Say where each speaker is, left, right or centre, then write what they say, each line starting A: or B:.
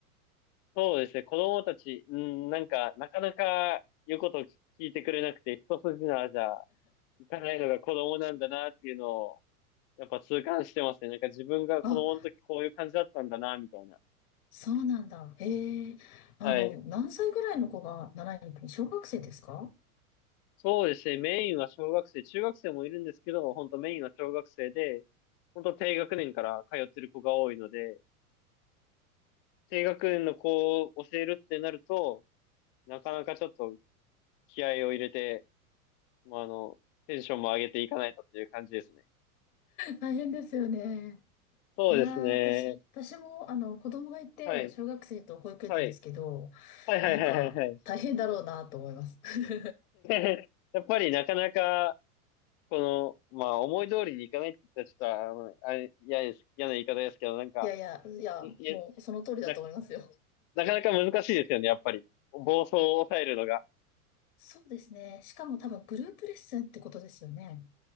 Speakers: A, on the left (about 35°); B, on the left (about 70°).
A: そうですね、子供たち、うん、なんか、なかなか言うことを聞いてくれなくて、一筋縄じゃいかないのが子供なんだなっていうのを、やっぱ痛感してますね。なんか自分が子供の時こういう感じだったんだな、
B: あ
A: みたいな。
B: そうなんだ。へえ。あの、
A: はい。
B: 何歳ぐらいの子が習いに行くの小学生ですか
A: そうですね。メインは小学生、中学生もいるんですけど、本当メインは小学生で、本当低学年から通ってる子が多いので、低学年の子を教えるってなると、なかなかちょっと気合を入れて、まあ、あの、テンションも上げていかないとっていう感じですね。
B: 大変ですよね。
A: そうですね。
B: いやー、私、私も、あの、子供がいて、
A: はい。
B: 小学生と保育園なんですけど、
A: はい。はいはいはいはいはい。
B: なんか、大変だろうなと思います。<laughs>
A: <laughs> やっぱりなかなかこの、まあ、思い通りにいかないって言ったら、ちょっと、あの、あれ、嫌です、嫌な言い方ですけど、なんか、
B: いやいや、いや、
A: いい
B: もう、その通りだと思いますよ。
A: な、なかなか難しいですよね、やっぱり。暴走を抑えるのが。
B: そうですね。しかも多分グループレッスンってことですよね。